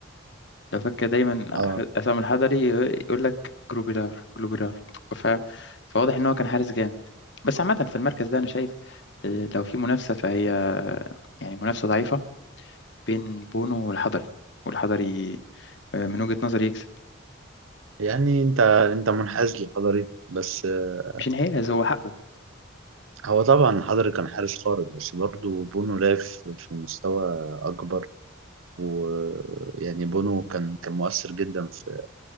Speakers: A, on the left (about 55°); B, on the right (about 75°).
A: لو فاكر دايما
B: اه
A: ح- عصام الحضري يقول لك جروبيلار جروبيلار ف... فواضح ان هو كان حارس جامد بس عامة في المركز ده انا شايف آه، لو في منافسة فهي آه، يعني منافسة ضعيفة بين بونو والحضري والحضري آه، من وجهة نظري يكسب
B: يعني انت انت منحاز للحضري بس آه،
A: مش انحياز هو حقه
B: هو طبعا الحضري كان حارس خارق بس برضه بونو لعب في في مستوى أكبر ويعني بونو كان كان مؤثر جدا في